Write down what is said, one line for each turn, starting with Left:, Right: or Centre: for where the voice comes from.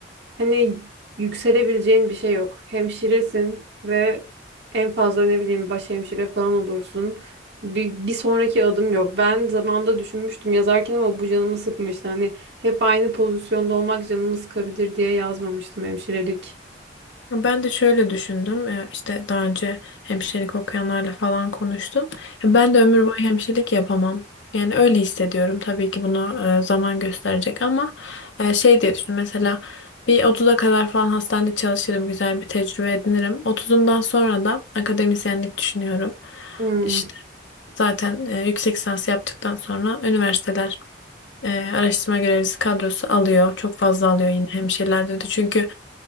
Right: Hani yükselebileceğin bir şey yok. Hemşiresin ve en fazla ne bileyim baş hemşire falan olursun. Bir, bir sonraki adım yok. Ben zamanda düşünmüştüm yazarken ama bu canımı sıkmıştı. Hani hep aynı pozisyonda olmak canımı sıkabilir diye yazmamıştım hemşirelik.
Left: Ben de şöyle düşündüm. E, işte daha önce hemşirelik okuyanlarla falan konuştum. E, Ben de ömür boyu hemşirelik yapamam. Yani öyle hissediyorum. Tabii ki bunu e, zaman gösterecek ama e, şey diye düşündüm. Mesela bir 30'a kadar falan hastanede çalışırım. Güzel bir tecrübe edinirim. 30'umdan sonra da akademisyenlik düşünüyorum.
Right: Hmm,
Left: İşte zaten e, yüksek lisans yaptıktan sonra üniversiteler e, araştırma görevlisi kadrosu alıyor. Çok fazla alıyor yine hemşirelerde de. Çünkü